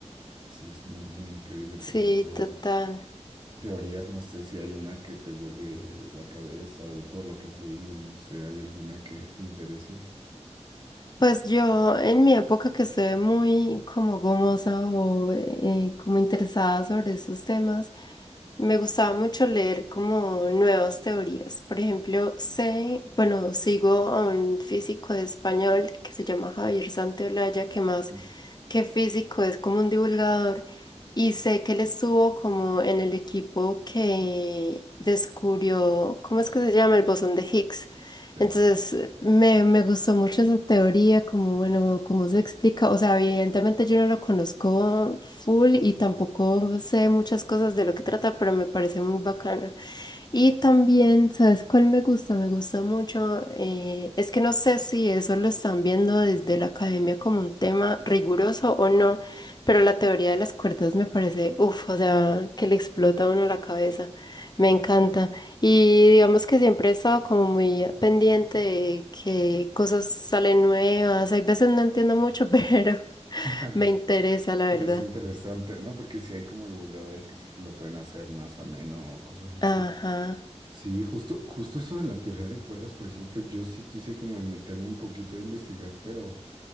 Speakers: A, on the right (about 40°); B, on the left (about 35°).
A: Sí, es muy, muy increíble. Por
B: Sí,
A: ejemplo,
B: total.
A: teorías, no sé si hay una que te vuele la cabeza o de todo lo que has leído, no sé, ¿hay alguna que te interese?
B: Pues yo en mi época que estuve muy como gomosa o eh, como interesada sobre estos temas, me gustaba mucho leer como nuevas teorías. Por ejemplo, sé, bueno, sigo a un físico de español que se llama Javier Santaolalla, que más
A: Mm,
B: que físico es como un divulgador y sé que él estuvo como en el equipo que descubrió, ¿cómo es que se llama? El bosón de Higgs.
A: Ya,
B: Entonces, eh, me, me gustó mucho esa teoría, como, bueno, cómo se explica. O sea, evidentemente yo no lo conozco full y tampoco sé muchas cosas de lo que trata, pero me parece muy bacana. Y también, ¿sabes cuál me gusta? Me gusta mucho. eh, es que no sé si eso lo están viendo desde la academia como un tema riguroso o no, pero la teoría de las cuerdas me parece, uff, o sea, que le explota a uno la cabeza.
A: sí.
B: Me encanta. Y digamos que siempre he estado como muy pendiente de que cosas salen nuevas. Hay veces no entiendo mucho, <laughs> pero
A: <laughs>
B: me interesa, la
A: Pero
B: verdad.
A: es interesante, ¿no? Porque si hay como divulgadores que sí te lo pueden hacer más ameno o cosas así.
B: Ajá.
A: Sí, justo, justo eso de la teoría de cuerdas, por ejemplo, yo sí quise como meterme un poquito a investigar, pero